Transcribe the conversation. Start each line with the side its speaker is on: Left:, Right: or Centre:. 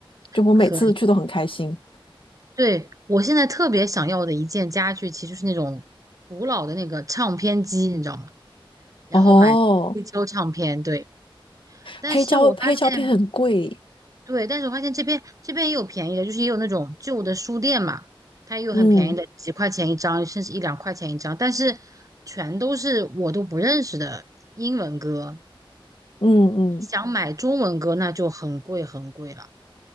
Left: 就我每次去都很开心。
Right: 可以。对，我现在特别想要的一件家具，其实就是那种古老的那个唱片机，你知道吗？然后买黑胶唱片，
Left: 哦，
Right: 对。但是我发现
Left: 黑胶黑胶片很贵，
Right: 对，但是我发现这边这边也有便宜的，就是也有那种旧的书店嘛，它也有很便宜的，
Left: 嗯
Right: 几块钱一张，甚至一两块钱一张，但是全都是我都不认识的英文歌。
Left: 嗯嗯。
Right: 想买中文歌，那就很贵很贵了。